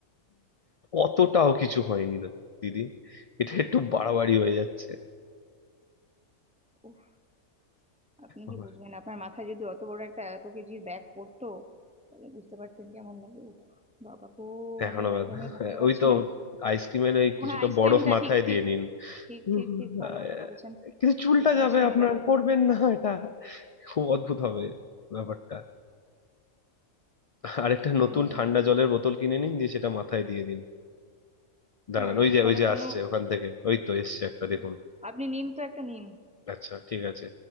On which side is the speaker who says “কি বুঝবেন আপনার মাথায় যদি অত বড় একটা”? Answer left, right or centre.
Centre